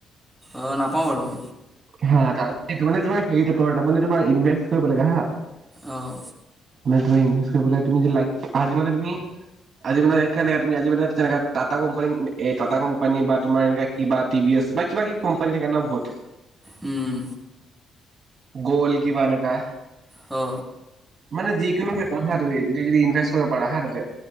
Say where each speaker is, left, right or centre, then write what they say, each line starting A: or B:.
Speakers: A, in the centre; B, on the right (about 55°).
A: অ নাপাওঁ বাৰু।
B: হা তাতে তোমাৰ হৰি তাৰে তোমাৰ ইভেষ্ট কৰিব লাগে হা।
A: অঁ।
B: কিবা ইনভেষ্ট কৰিব লাগে তুমি লাইক আজি মানে তুমি আজি মানে একমেয়া তুমি আজি মানে তেনেকা টাটা কোম্পানীত এটা কোম্পানী বা তোমাৰ এ কিবা টিভিএছ বা কিবা কিবি কোম্পানী থাকে ন বহুত।
A: উম।
B: গল কিবা এনেকা।
A: অ।
B: মানে যিকোনো ঠাইত আহা তুমি য যদি ইনভেষ্ট কৰিব পাৰা হা তাতে,